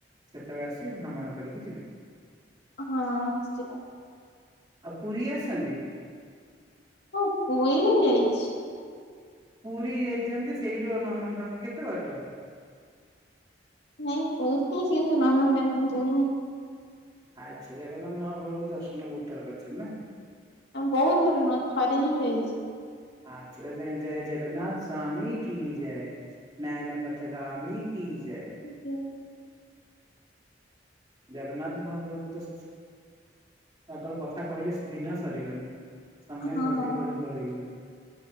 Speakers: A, on the right; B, on the left.
A: ସେତେବେଳେ ଆସି ଭ୍ରମଣ କରିକି ଯିବେ।
B: ଅ ହଁ ନିଶ୍ଚିତ।
A: ଆଉ ପୁରୀ ଆସିଛନ୍ତି?
B: ହଁ ପୁରୀ ମୁଁ ଯାଇଛି।
A: ପୁରୀ ଯାଇଛନ୍ତି ସେଇଠୁ ଆଉ ନନ୍ଦନକନ କେତେ ବାଟ?
B: ନାଇଁ କହୁଛି ସେ ନନ୍ଦନକାନନ ଯାଇନି।
A: ଆଚ୍ଛା <unintelligible> ମହାପ୍ରଭୁଙ୍କୁ ଦର୍ଶନକୁ ତାହେଲେ କରିଛନ୍ତି ନା
B: ଆମେ ବହୁତ ଥର ନୁହଁ ଥରେ ହିଁ ଯାଇଛି।
A: ଆଛା ଜୟ ଜଗନ୍ନାଥ ସ୍ୱାମୀ କି ଜୟ। ନୟନ ପଥଗାମି କି ଜୟ।
B: କି।
A: ଜଗନ୍ନାଥ ମହାପଭୁ ତ ତାଙ୍କର କଥା କହିଲେ ଦିନ ସରିବନି। ସମୟ
B: ହଁ।
A: କୁଆଡୁ କୁଆଡେ ପଳେଇଯିବ।